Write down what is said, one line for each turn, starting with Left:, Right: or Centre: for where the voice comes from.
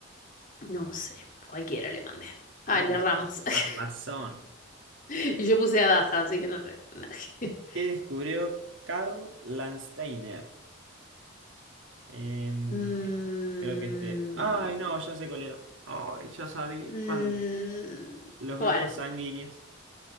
Left: No sé, cualquiera le mandé. Ah,
Right: no,
Left: le erramos. <laughs>
Right: Arlazón.
Left: Y yo puse a Daja, así que no sé. <laughs>
Right: ¿Qué descubrió Carl Landsteiner? Em,
Left: Mm,
Right: bien, creo que este. Ay, no, ya sé cuál era. Ay, ya sabía.
Left: mm,
Right: Juan, los
Left: ¿cuál?
Right: grupos sanguíneos.